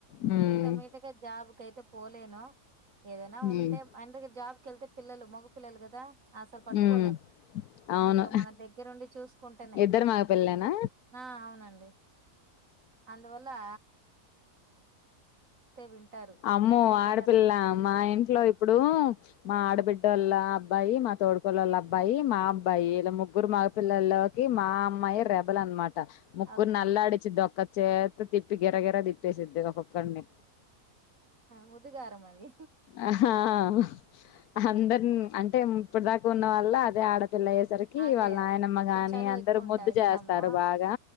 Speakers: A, on the left (about 85°); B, on the right (about 60°).
A: హ్మ్
B: ఇంక మీట్గా జాబ్కి అయితే పోలెను ఏదైనా
A: హ్మ్
B: ఉంటే అండ్ దగ్గర జాబ్కి వెళ్తే పిల్లలు మగ పపిల్లలు కదా అస పట్కోలేం
A: హ్మ్
B: కొంచం
A: అవును
B: మన దగ్గరుండి చూసుకుంటేనే
A: ఇద్దరు మగ పిల్లలేనా
B: ఆ అవునండి అందువల్ల లా వింటారు
A: అమ్మ
B: వీళ్ళు అసలు
A: ఆడపిల్ల
B: వినరు
A: మా ఇంట్లో ఇప్పుడు మా
B: ఆ!
A: ఆడబిడ్డ వాళ్ళ అబ్బాయి మా తోడుకోళ్ వాళ్ళ అబ్బాయి మా అబ్బాయి ఇలా ముగ్గురు మాగ పిల్లల్లోకి మా అమ్మాయి రెబల్ అనమా ట ముగురుని
B: ఓకే
A: అలాడి ఇచిది దొక్క చేత తిట్టి గిర గిరా తిట్ సిద్దుగా పక్కన్నీ
B: ముద్దుగారం అది
A: ఆ హా హా అందరు అంటే ఇప్పుటి దాకా ఉన్న వాళ్ళ అదే ఆడ పెళ్లఅయ్యేసరికి
B: అదే
A: వాళ్ళ నాయనమ్మ గాని
B: కొంచెం చనువు
A: అందరూ
B: ఎక్కువ ఉంటా
A: ముద్దు
B: ఇస్తాము
A: చేస్తారు బాగా